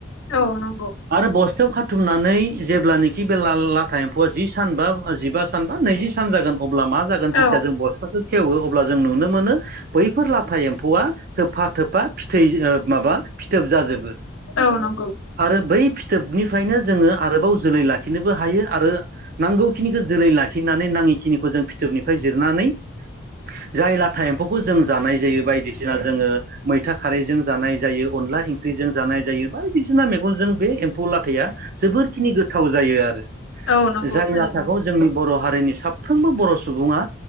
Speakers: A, on the left; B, on the right.
A: औ नंगौ
B: आरो बस्थायाव खा बुथुमनानै जेब्लानोखि बे लाल लाथा एम्फौआ जि सान बा जिबा सान बा नैजि सान जागोन अब्ला मा जागोन जथिया
A: औ
B: जों बस्थाखौ खेवो अब्ला जों नुनो मोनो बैफोर लाथा एम्फौआ थोबफा थोबफा फिथै ओ माबा फिथोब जाजोबो।
A: औ नंगौ
B: आरो बै फिथोबनिफ्रायनो जोङो आरोबाव जोलै लाखि लाखिनोबो हायो आरो नांगौखिनिखौ जोलै लाखिनानै नाङिखिनिखौ जों फिथोबनिफ्राय जिरनानै जाय लाथा एम्फौखौ जों जानाय जायो बायदिसिना जोङो मैथा खारैजों जानाय जायो अनला ओंख्रिजों जानाय जायो बायदिसिना मेगंजों बे एम फौ लाथाया जोबोरखिनि गोथाव जायो आरो
A: औ नंगौ
B: जाय
A: थारैनो
B: लाथाखौ जोंनि बर' हारिनि साफ्रोमबो बर' सु सुबुङा